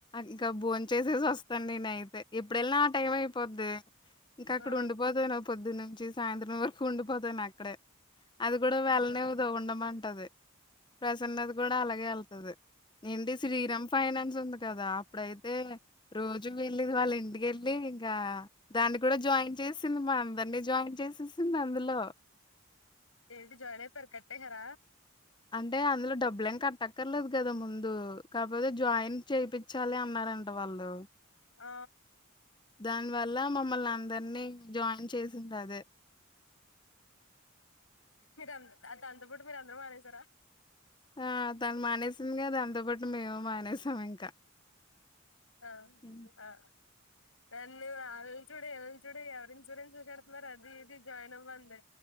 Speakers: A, on the left; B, on the left.
A: ఇంకా భోన్ చేసేసి వస్తాను నేన అయితే ఎప్పుడుళ్ళినా ఆ టైం అయిపోద్ది ఇంకా అక్కడ
B: ఆ
A: ఉండడు పొద్దు నుంచి సాయంత్రం వరకు ఉండిపోతాను అక్కడే అది కూడా వెళ్ళనివదు
B: అదే
A: ఉందమంతడి ప్రసన్న ది కూడా అలాగే వెళ్తది ఏంటి శ్రీరామ్ ఫైనాన్స్ ఉంది కదా ఇప్పుడైతే రోజుకి వెళ్ళేది వాళ్ళ ఇంటికిళ్ళ లేదు ఇంకా దానికి ఇ కూడ జాయింట్ చేసింది మా అందరినీ జాయిన్ చేసేసింది అందులో
B: ఏది జాయిన్ అయిపోయా కట్టిసర
A: అంటే అందులో డబ్బులు ఏం కట్టక్కర్లేదు కదా ముందు కాకపోతే జాయిన్ చేపించాలి అన్నారంట వాళ్ళు
B: ఆ
A: దా వల్ల మమ్మల్ని అందరినీ జాయిన్ చేసింది అది
B: మీరు అది అంత ఇపుడు మీరు అందరు మారసారా
A: ఆ తాను మానేసిందిగా దానితో పాటు మేము మానేసాం ఇంకా
B: ఆ
A: హ్మ్.
B: ఆ దాన్ని వాళ్ళని చూడు ఎళ్ని చూడు ఎవరి ఇన్సూరెన్స్ చెడుతున్నారు అది ఇది జాయిన్ అవ్వంది